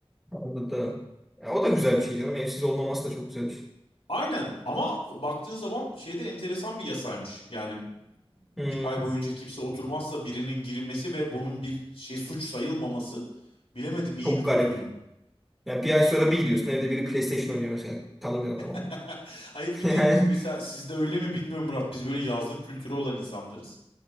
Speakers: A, in the centre; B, on the left.
A: anladım. Ya, o da güzel bir şey canım. Evsiz olmaması da çok güzel bir şey.
B: Aynen ama baktığın zaman şeyde enteresan bir yasaymış. Yani
A: Hı,
B: bir ay boyunca kimse oturmazsa birinin girmesi ve bunun bir şey suç sayılmaması bilemedim iyi
A: çok
B: mi kötü
A: garip.
B: mü?
A: Yani bir ay sonra bir gidiyorsun evde biri PlayStation oynuyor mesela. Tanımayan adam ama.
B: <laughs> Hayır
A: <laughs>
B: bir
A: Yani
B: de biz mesela sizde öyle mi bilmiyorum Murat. Biz böyle yazlık kültürü olan insanlarız.